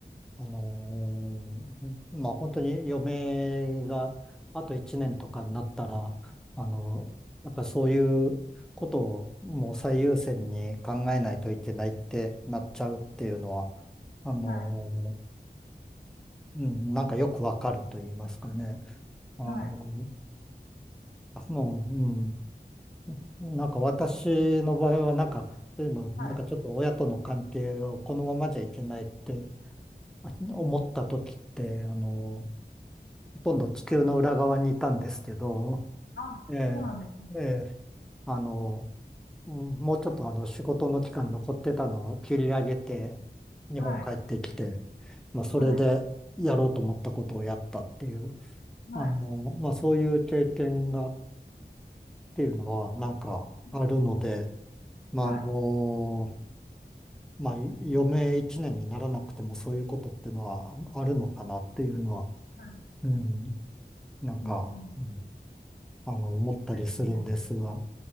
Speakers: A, in the centre; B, on the left.
A: あのーまあ本当に余命があと1年とかになったら、あのやっぱりそういうことをもう最優先に考えないといけないってなっちゃうっていうのは、あの
B: いはい、
A: ーうん、なんかよくわかると言いますかね。あの
B: はい、はい、
A: その、うん、なんか私の場合はなんか、そういうの、なんかちょっと親との関係をこのままじゃいけないって
B: はい、
A: 思った時って、あのほとんど地球の裏側にいたんですけど、
B: あそうなんですね
A: ええ、ええ、あの、うんもうちょっとあの仕事の期間残ってたのを切り上げて、日本帰ってきて、
B: はい
A: まあそれでやろうと思ったことをやったっていう、
B: はいはい
A: あの、まあそういう経験がっていうのはなんかあるので、
B: うん
A: まああの、
B: はい
A: まあ余命一年にならなくてもそういうことっていうのはあるのかなっていうのは、
B: はい
A: うん、なんか、
B: うんうん
A: うんあの、思ったりするんですが、
B: そうですね